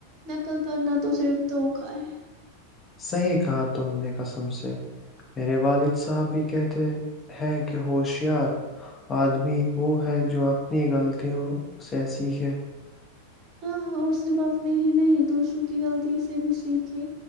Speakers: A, on the right; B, on the left.
A: نقل کرنا تو صرف دوکھا ہے
B: صحیح کہا تم نے قسم سے میرے والد صاحب بھی کہتے ہیں کہ ہوشیار آدمی وہ ہے جو اپنی غلطیوں سے سیکھے
A: ہاں اور صرف اپنی ہی نہیں دوسروں کی غلطی سے بھی سیکھھی